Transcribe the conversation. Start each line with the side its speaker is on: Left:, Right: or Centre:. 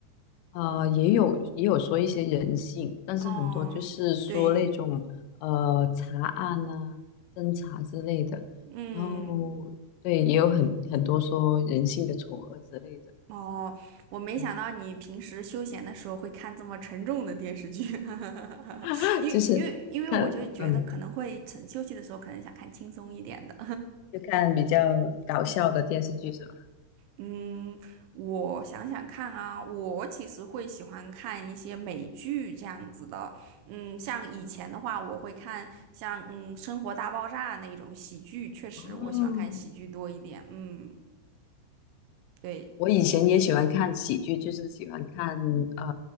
Left: 啊，也有也有说一些人性，但是很多就是说那种呃查案呐、
Right: 哦，对，
Left: 侦查之类的，
Right: 嗯，
Left: 然后对，也有很很多说人性的丑恶之类的，
Right: 哦，我没想到你平时休闲的时候会看这么沉重的电视剧，
Left: 对，
Right: <laughs>
Left: <laughs>
Right: 因为因为因为我就觉得可能会趁休息的时候可能想看轻松一点的。
Left: 就是看嗯，就看比较搞笑的电视剧是吧？
Right: 嗯，我想想看啊，我其实会喜欢看一些美剧这样子的。嗯，像以前的话，我会看像嗯《生活大爆炸》那种喜剧，确实我喜欢看喜剧多一点。
Left: 哦，
Right: 嗯，对。
Left: 我以前也喜欢看喜剧，就是喜欢看呃